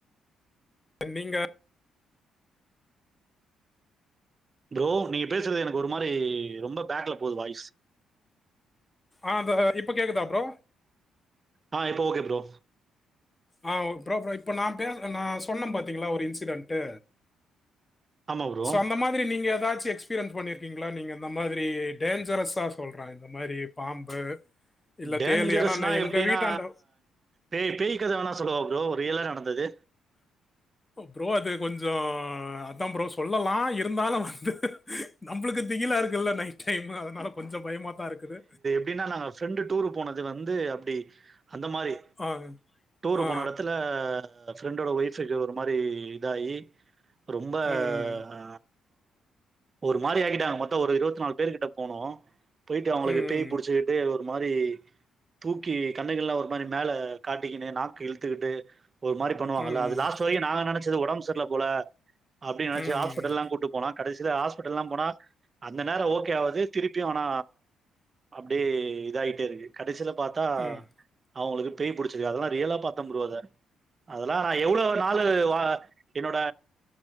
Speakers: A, on the left; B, on the right.
A: நீங்க
B: ப்ரோ நீங்க பேசுறது எனக்கு ஒரு மாரி ரொம்ப பேக்ல போகுது வாய்ஸ்
A: அ இப்ப கேக்குதா ப்ரோ
B: அ இப்போ ஓகே ப்ரோ
A: அ ப்ரோ ப்ரோ இப்ப நா பேச நா சொன்ன பாத்தீங்களா ஒரு இன்சிடென்ட்டு
B: ஆமா ப்ரோ.
A: சோ அந்த மாரி மாரி நீங்க ஏதாச்சு எக்ஸ்பீரியன்ஸ் பண்ணிருக்கீங்களா நீங்க இந்த மாதிரி டேஞ்சரஸா சொல்றே இந்த மாதிரி பாம்பு இல்ல
B: டேஞ்சரஸ்னா
A: தேளு. ஏன்னா, நான் எங்க
B: எப்டின்னா
A: வீட்டாண்ட
B: பேய் பேய் கத வேணா சொல்லுவா ப்ரோ ரியலா நடந்தது
A: ப்ரோ அது கொஞ்சோ அதா ப்ரோ சொல்லலா இருந்தாலு வந்து நம்மளுக்கு திகிலா இருக்குல்ல நைட் டைம் அதனால கொஞ்சோ பயமா தா இருக்குது
B: அப்டின்னா நாங்க ஃப்ரெண்டு டூரு போனது வந்து அப்டி அந்த மாரி
A: ஆ.
B: டூரு
A: ஆ.
B: போன எடத்துல ஃப்ரெண்டோட ஒய்ஃபுக்கு ஒரு மாரி இதாகி ரொம்ப
A: ம்.
B: அ ஒரு மாரி ஆக்கிட்டாங்க மொத்தோ ஒரு இருவத்து நாலு பேரு கிட்ட போனோம் போயிட்டு அவங்களுக்கு
A: ம்.
B: பேய் புடிச்சுக்கிட்டு அது ஒரு மாரி தூக்கி கண்ணகின்னல்லா ஒரு மாரி மேல காட்டிக்கின்னு நாக்கு இழுத்துக்கிட்டு ஒரு மாரி பண்ணுவாங்கல
A: ம். ம்.
B: அது லாஸ்ட்டு வரைக்கு நாங்க நெனச்சது ஒடம்பு சரில போல அப்டின்னு நெனச்சு
A: ம்.
B: ஹாஸ்பிடல்லா கூட்டு போனோ கடைசில ஹாஸ்பிட்டல்லா போனா அந்த நேரோ ஓ ஒகேயாவது திருப்பியு ஆனா அப்டியே இதாகிட்டே இருக்கு கடைசில பாத்தா
A: ம்.
B: அவங்களுக்கு பேய் பிடிச்சிருக்கு அதெல்லா ரியலா பாத்தே ப்ரோ அத அதெல்லா நா எவ்ளோ நாலு வாழ என்னோட